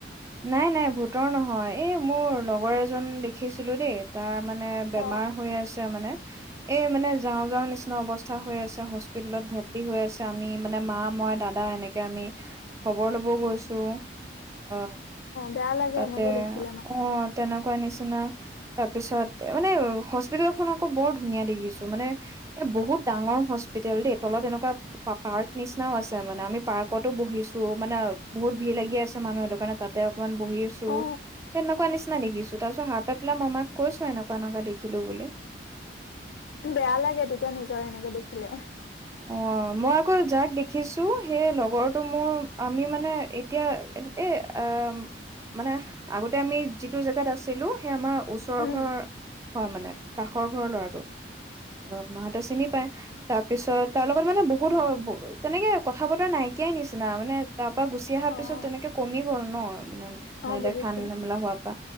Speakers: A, on the right; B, on the left.
A: নাই নাই ভোতৰ নহয় এই মোৰ লগৰ এজন দেখিছিলো দেই তাৰ- মানে
B: অ
A: বেমাৰ হৈ আছে মানে এ মানে যাওঁ যাওঁ নিচিনা অৱস্থা থা হৈ আছে হস্পিতেলত ভৰ্তি হৈ আছে আমি মানে মা মই দাদা এনেকে আমি খবৰ লব গৈছো অ
B: বেয়া লাগে
A: তাতে
B: এনেকে দেখিলে মানে
A: অ তেনেকুৱা কোৱা নিচিনা তাৰ পিছত এ মানে হস্পিতেল খন আকৌ বৰ ধুনীয়া দেখিছো মানে এ বহুত ডাঙৰ হস্পিতেল দেই তলত এনেকুৱা পাৰ্ক নিচিনাও আছে মানে আমি পাৰ্কতো বহিছো মানে বহুত ভিৰ লাগি আছে মানুহ কাৰণে তাতে অকমান বহিছো
B: অ
A: সেনেকুৱা নিচ- দেখিছো তাৰপিছত সাৰ পাই পেলাই মই মাক কৈছো এনেকুৱা এনেকুৱা দেখিলো বুলি
B: বেয়া লাগে তেতিয়া নিজৰ এনেকে দেখিলে
A: অ মই আকৌ যাক দেখিছো সেই লগৰটো মোৰ আমি মানে এতিয়া এ আ মানে আগতে আমি যিটো জেগাত আছিলো সেই আমাৰ ওচৰ
B: উম
A: এঘৰৰ হয় মানে কাষৰ ঘৰৰ ল'ৰাটো। অ' <unintelligible> <unintelligible> তাৰ পিছত তাৰ লগত মানে বহুত <unintelligible> তেনেকে কথা বতৰা নাইকিয়াই নিচিনা মানে তাৰ পা গুচি আহা
B: অ',
A: পিছত তেনেকে কমি গ'ল ন। মানে
B: অ',
A: নেদেখা
B: বুজিছো।
A: নেমেলা হোৱা পা